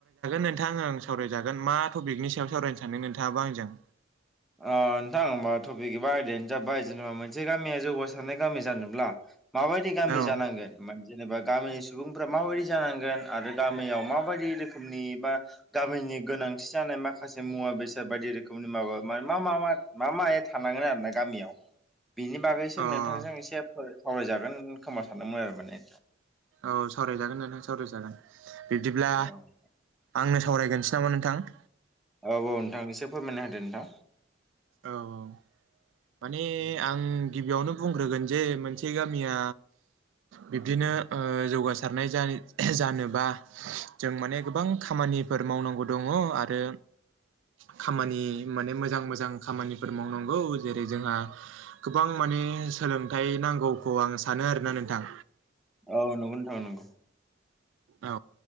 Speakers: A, on the right; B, in the centre.
A: नोंथां ओं सावरायजागोन मा टपिकनि सायाव सानदों नोंथाङाबा आंजों?
B: ओ नोंथां हमबा टपिक एबा आयदायानो जाबाय जेनेबा मोनसे गामिया जौगासारनाय गामि जानोब्ला माबायदि गामि
A: औ
B: जानांगोन जेनेबा गामिनि सुबुंफोरा माबायदि जानांगोन आरो गामियाव माबायदि रोखोम रोखोमनि बा गामिनि गोनांथि जानाय माखासे मुवा बेसाद बायदि रोखोमनि माबा मा मा मा मा माय थानांगोन आरो ना गामियाव बिनि बागैसो
A: अ
B: नोंथांजों एसे सावरायजागोन खोमा सानदोंमोन आरो माने।
A: औ सावरायजागोन नोंथां सावरायजागोन बिब्दिब्ला
B: औ
A: आंनो सावरायगोरनोसै नामा नोंथां?
B: औ औ नोंथां एसे फोरमायनो होदो नोंथां।
A: औ औ। माने आं गिबियावनो बुंग्रोगोन जे मोनसे गामिया बिब्दिनो ओ जौगासारनाय जानोबा जों माने गोबां खामानिफोर मावनांगौ दङ आरो खामानि माने मोजां मोजां खामानिफोर मावनांगौ जेरै जोंहा गोबां माने सोलोंथाइ नांगौखौ आं सानो आरोना नोंथां।
B: औ नंगौनो थां नंगौ।
A: औ